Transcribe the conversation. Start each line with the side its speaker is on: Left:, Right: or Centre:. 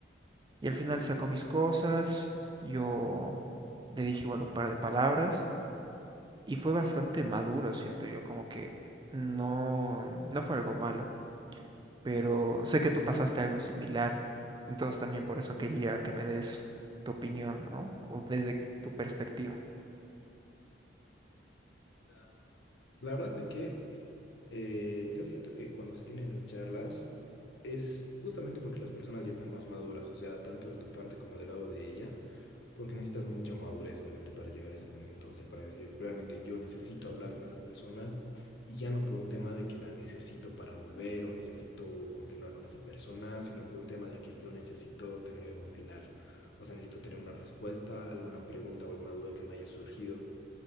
Right: Y al final sacó mis cosas, yo le dije igual un par de palabras y fue bastante maduro, siento yo, como que no, no fue algo malo, pero sé que tú pasaste algo similar, entonces también por eso quería que me des tu opinión, ¿no? O desde tu perspectiva.
Left: O sea, La verdad es de que eh, yo siento que cuando se tienen esas charlas es justamente porque las personas ya están más maduras, o sea, tanto de tu parte como del lado de ella porque necesitas mucha madurez, obviamente, para llegar a ese momento, o sea, para decir, realmente yo necesito hablar con esa persona y ya no por un tema de que la necesito para volver o necesito continuar con esa persona, sino por un tema de que yo necesito tener un final, o sea, necesito tener una respuesta, alguna pregunta o alguna duda que me haya surgido.